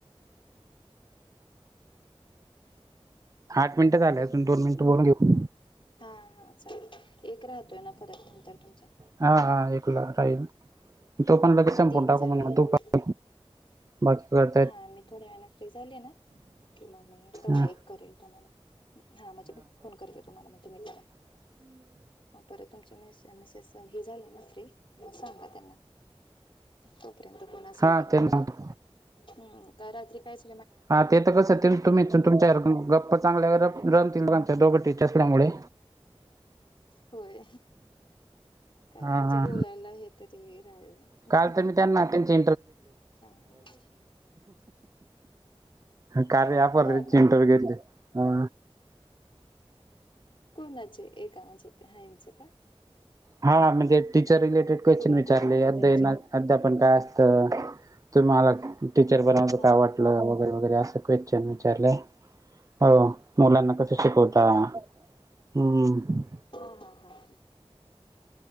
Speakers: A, on the right; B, on the left.
A: आठ मिनिटं झाले
B: ठीक
A: अजून
B: आहे
A: दोन मिनिट बोलून घेऊ
B: हा, हा चालतय एक राहतोय ना परत नंतर तुमचा
A: हा, हा एकला राहील तो पण लगेच संपून
B: तीन
A: टाकू
B: झाले
A: म्हणजे तू
B: हा
A: पण बाकी काय अजून
B: हा मी थोड्या वेळा फ्री झाली ना की मग मी तेवढा
A: हा
B: एक करेल तुम्हाला हा म्हणजे मी फोन करते तुम्हाला मग त मी करा
A: हम्म
B: मग परत तुमची मेसेस ह झाले ना फ्री किंवा सांगा त्यांना तोपर्यंत कोण असेल
A: हा
B: तर मग
A: त्यांना सांगतो
B: हम् का रात्री कायच
A: हा ते तर कसं तुम्हीच तुमच्या गप्पा चांगल्यावर रमतील दोघ टीच असल्यामुळे
B: होय काय
A: हा
B: म्हणजे
A: हा
B: बोलायला हे तरी राहील ना
A: काल तर मी त्यांना त्यांची
B: चांगली गोष्ट
A: कार्ये ॲप वाले
B: हा का
A: इंटर केली अ
B: कोणाचे एका म्हचे ते हा इच का
A: हा म्हणजे टीचर
B: अ
A: रिलेटेड क्वेश्चन
B: पुढून
A: विचारले
B: कोण होते
A: अ्या
B: त्यांचे का
A: अद्यापण काय अस तर तुम्ही मला टीचर बनवण्याच
B: हा
A: का आवट
B: हा
A: वगैरे, वगैरे असं क्वेश्चन विचारलय हो मुलांना कसं शिकवता
B: हो का
A: हम्म
B: हा, हा, हा